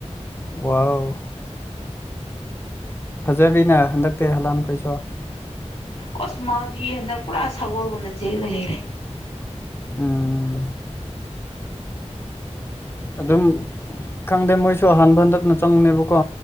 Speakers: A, on the left; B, on the left.
A: ꯋꯥꯎ ꯐꯖꯔꯤꯅꯦ ꯍꯟꯗꯛꯇꯤ ꯍꯂꯥꯟꯈꯣꯏꯁꯨ
B: ꯑꯣꯁ ꯃꯥꯗꯤ ꯍꯟꯗꯛ ꯄꯨꯔꯥ ꯁꯒꯣꯜꯒꯨꯝꯅ ꯆꯦꯜꯂꯒ ꯂꯩꯔꯦ
A: ꯑꯝ ꯑꯗꯨꯝ ꯈꯪꯗꯦ ꯃꯣꯏꯁꯨ ꯑꯍꯥꯟꯕ ꯍꯟꯗꯛꯅ ꯆꯪꯅꯦꯕꯀꯣ